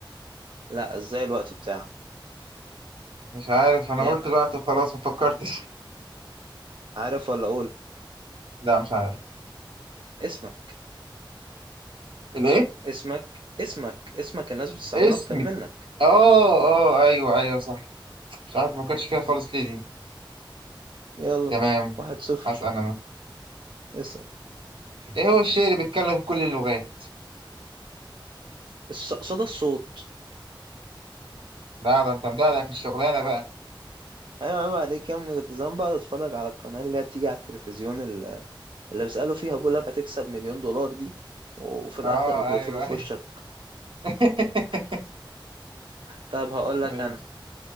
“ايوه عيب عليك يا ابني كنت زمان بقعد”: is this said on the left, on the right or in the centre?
Right